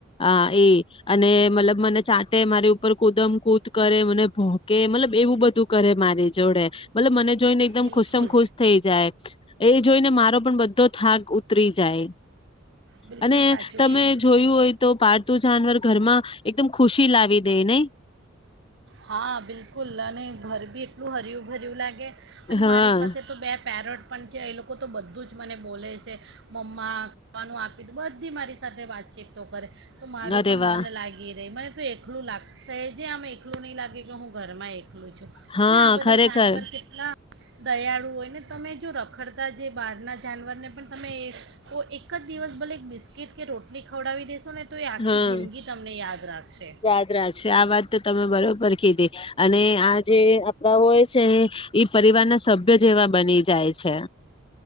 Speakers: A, on the left (about 25°); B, on the right (about 60°).
A: આ એ અને મતલબ મને ચાટે મારી ઉ ઉપર કુદમ કુદ કરે મને ભ કે મતલબ એવું બધું કરે મારી. જોડે મતલબ મને. જોઈ ને એકદમ
B: બિલકુલ
A: ખુશમ ખુશ થઈ જાય. એ જોઈને મારો પણ બધો થાક ઉતરી જાય.
B: બિલકુલ
A: અને
B: સાચું
A: તમે
B: કહ્યું
A: જોયું હોય તો પાળતું જાનવર. ઘરમાં એકદમ ખુશી લાવી દે ને.
B: હા બિલકુલ અને ઘર બી એટલું હરયું ભર્યું લાગે. અને
A: હા
B: મારી પાસે તો બે પેરોટ પણ છે એ લોકો. એ લોકો તો બધું જ મને બોલે. છે મમા વાનું આપી બધી મારી સાથે વાતચીત તો કરે. તો મારું
A: અરે
B: પણ
A: વાહ
B: મન લાગી રહી મને. એકલું લાગ સેજે આમ એકલું નહીં લાગે કે હું ઘરમાં એકલું છું
A: હા
B: અને આ બધા
A: ખરેખર
B: જાનવર કેટલા દયાળુ હોય ને તમે જો રખડતા જે બહાર ના જાનવર ને પણ તમે એક એક જ દિવસ ભલે એક બિસ્કીિટ કે રોટલી ખવડાવી દેેશો ને તો એ આખી
A: હા
B: જિંદગી તમને યાદ રાખશે
A: યાદ રાખશે. આ વાત તો તમે બ બરોબર કીધી અને આ જે હોય છે, ઈ પરિવારના સભ જેવા બની જાય છે.